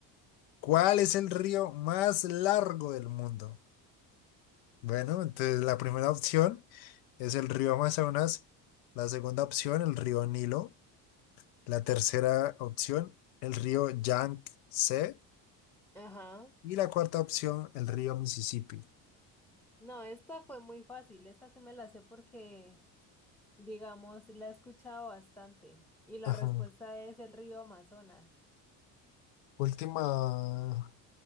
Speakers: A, on the left (about 80°); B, in the centre.
A: ¿Cuál es el río más largo del mundo? Bueno, entonces la primera opción es el río Amazonas, la segunda opción el río Nilo, la tercera opción el río Yangtze
B: Ajá.
A: Y la cuarta opción, el río Mississippi.
B: No, esta fue muy fácil. Esta sí me la sé porque, digamos, la he escuchado bastante. Y la
A: Ajá.
B: respuesta es el río Amazonas.
A: Última